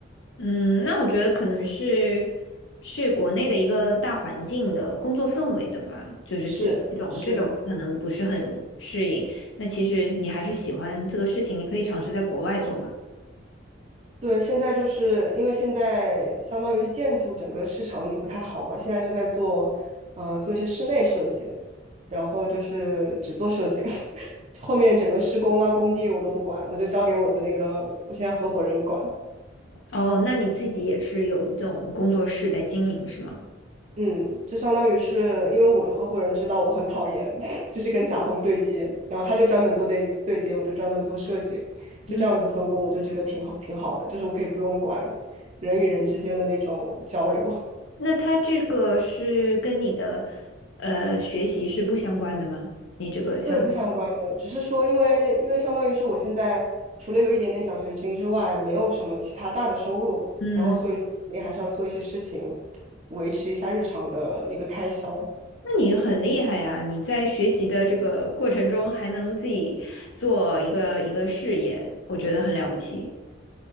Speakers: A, on the left (about 75°); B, on the right (about 35°).
A: 嗯，那我觉得可能是是国内的一个大环境的工作氛围的吧，就是这这种这种可能不是很适应。
B: 是是。
A: 那其实你还是喜欢这个事情，你可以尝试在国外做嘛。
B: 对，现在就是因为现在相当于是建筑整个市场也不太好嘛，现在就在做，呃，做一些室内设计，然后就是只做设计，<laughs> 后面整个施工啊、工地我都不管，我就交给我的那个我现在合伙人管。
A: 哦，那你自己也是有这种工作室在经营是吗？
B: 嗯，就相当于是因为我合伙人知道我很讨厌，<laughs> 就是跟甲方对接，然后他就专门做对对接，我就专门做设计，就这样子分工，
A: 嗯，
B: 我就觉得挺好，挺好的，就是我可以不用管人与人之间的那种交流。
A: 那它这个是跟你的呃学习是不相关的吗？你这个相当于，
B: 对，不相关的，只是说，因为因为相当于是我现在除了有一点点奖学金之外，没有什么其他大的收入，
A: 嗯。
B: 然后所以说肯定还是要做一些事情，维持一下日常的一个开销，
A: 那你很厉害呀！你在学习的这个过程中还能自己做一个一个事业，我觉得很了不起。